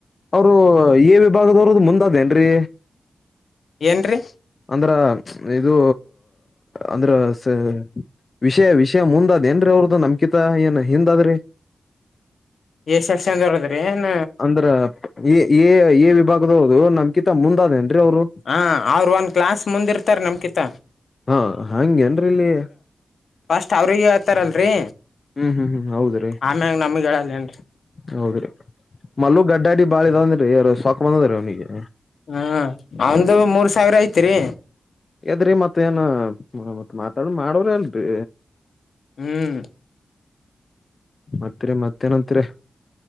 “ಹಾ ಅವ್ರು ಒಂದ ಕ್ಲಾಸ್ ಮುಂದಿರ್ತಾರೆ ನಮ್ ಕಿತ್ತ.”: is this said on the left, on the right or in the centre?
Left